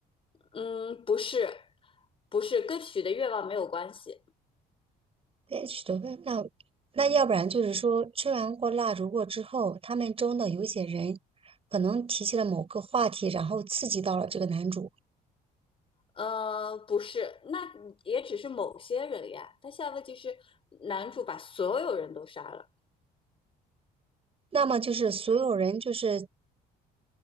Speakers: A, on the left; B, on the right.
A: 嗯，不是，不是，跟许的愿望没有关系。
B: 对，许的愿，那那要不然就是说，吹完过蜡烛过之后，他们中的有一些人可能提起了某个话题，然后刺激到了这个男主。
A: 呃，不是，那也只是某些人呀。但现在问题是，男主把所有人都杀了。
B: 那么就是所有人就是